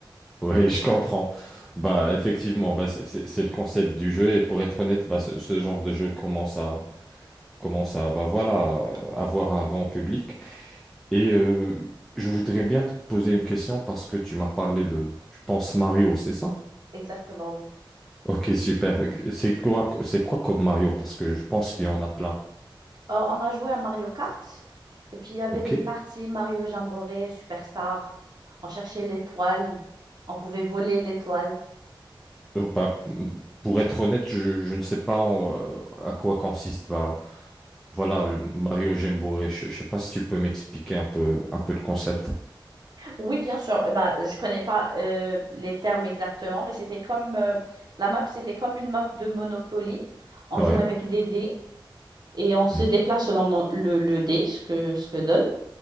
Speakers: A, in the centre; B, on the right (about 50°).
A: Oui, <laughs> je
B: <laughs>
A: comprends. Bah effectivement, bah, c'est c'est- c'est le concept du jeu et pour être honnête, bah, ce, ce genre de jeu commence à commence à bah voilà, avoir un grand public. Et euh, je voudrais bien te poser une question parce que tu m'as parlé de, je pense, Mario, c'est ça?
B: Exactement, oui.
A: Ok, super. C'est quoi, c'est quoi comme Mario? Parce que je pense qu'il y en a plein.
B: Euh, on a joué à Mario Kart. Et puis, il y avait
A: Ok?
B: des parties Mario Jamboree, Superstar. On cherchait l'étoile. On pouvait voler l'étoile.
A: Euh, bah, pour être honnête, je, je ne sais pas euh, à quoi consiste. Bah, voilà, euh, Mario Jamboree. Je ne sais pas si tu peux m'expliquer un peu, un peu le concept.
B: Oui, bien sûr. Eh Ben, je connais pas euh, les termes exactement, mais c'était comme euh, la map, c'était comme une map de Monopoly. On
A: Ouais.
B: joue avec des dés et on se
A: Mhm.
B: déplace selon no- le, le dé, ce que, ce que donne.